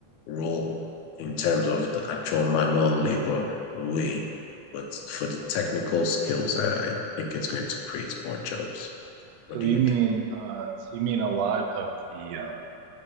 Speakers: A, on the left; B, on the right.
A: role in terms of the actual manual labor away. But for the technical skills, I, I think it's going to create more jobs.
B: that?
A: What do
B: So you
A: you
B: mean
A: think?
B: uh so you mean a lot of the um